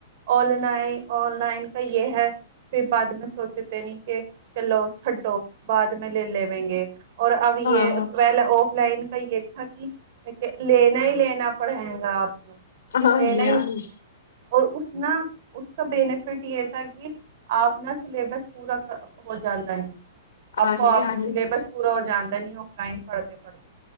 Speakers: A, on the right (about 55°); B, on the left (about 85°).
A: ਔਨਲਾਇਨ ਔਨਲਾਈਨ ਕਾ ਯੇ ਹੈ <unintelligible> ਬਾਅਦ ਮੈਂ ਲੇ ਲੇਵੇਗੇ ਔਰ ਅਬ ਯ
B: ਹਾਂ
A: ਪਹਿਲ ਔਫਲਾਈਨ ਕਾ <unintelligible> ਲੈਣਾ ਹੀ ਲੈਣਾ ਪੜੇਗਾ <unintelligible>
B: ਹਾਂਜੀ ਹਾਂਜੀ
A: ਔਰ ਉਸ ਨਾ ਉਸ ਕਾ ਬੈਨੀਫਿਟ ਯੇ ਥਾ ਕਿ ਆਪਣਾ ਸਿਲੇਬਸ ਪੂਰਾ ਹੋ ਜਾਂਦਾ ਹੈ <unintelligible>
B: ਹਾਂਜੀ ਹਾਂਜੀ